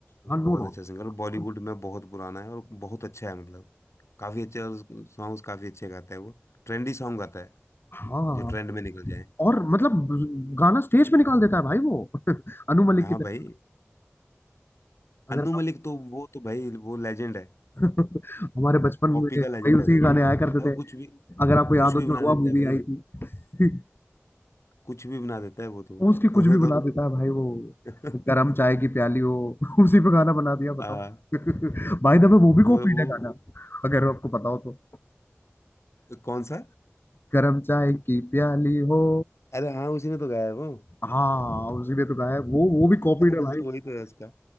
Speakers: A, on the left (about 80°); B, on the left (about 50°).
A: बहुत
B: हाँ नो डाउट
A: अच्छा सिंगर बॉलीवुड में बहुत पुराना है और बहुत अच्छा है मतलब काफी अच्छे और सॉन्ग्स काफी अच्छे गाता है वो ट्रेंडी सॉन्ग गाता है
B: हाँ
A: जो ट्रेंड में निकल जाए
B: और मतलब गाना स्टेज पे निकाल देता है भाई वो <laughs> अनु मलिक
A: हाँ
B: की तरह
A: भाई
B: अगर
A: अनु
B: आप
A: मलिक तो वो तो भाई वो लेजेंड है
B: <laughs> हमारे बचपन
A: कॉपी
B: में
A: का
B: भाई
A: लेजेंड
B: उसी
A: है वो
B: के गाने
A: भाई
B: आया करते
A: वो
B: थे
A: कुछ भी
B: अगर आपको याद
A: कुछ
B: हो
A: भी बना
B: जुड़वा
A: देता
B: मूवी
A: है भाई
B: आई थी <laughs>
A: कुछ भी बना देता है वो तो <laughs>
B: उसकी कुछ
A: उसे
B: भी
A: तो
B: बना देता है भाई वो
A: <laughs>
B: गरम चाय की प्याली हो <laughs> उसी पे गाना बना दिया बताओ
A: आ,
B: <laughs> बाय द वे वो भी
A: वो
B: कॉपीड
A: वो
B: है गाना अगर आपको पता हो तो
A: कौन सा
B: गरम चाय की प्याली हो
A: अरे हाँ उसी ने तो गाया है वो <laughs>
B: हाँ उसी ने तो गाया है। वो वो भी कॉपीड
A: उसी
B: है भाई
A: वही तो है उसका